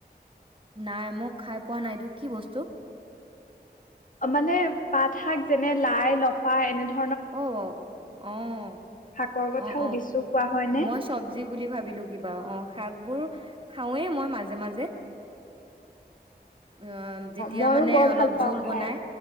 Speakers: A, on the right (about 30°); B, on the left (about 50°).
A: নাই, মোক খাই পোৱা নাই। এইটো কি বস্তু?
B: মানে, পাত শাক যেনে লাই, লফা, এনেধৰ
A: অ' বৌ '
B: শাকৰ কথা
A: অ'
B: সুধিছো
A: অ'
B: খোৱা হয়নে?
A: মই চবজি বুলি ভাবিলো কিবা। অ' শাকবোৰ? খাওঁৱে মই, মাজে মাজে অ' যেতিয়া
B: ময়ো
A: মানে
B: বৰ
A: অলপ
B: ভাল পাওঁ
A: জোল
B: খাই।
A: বনাই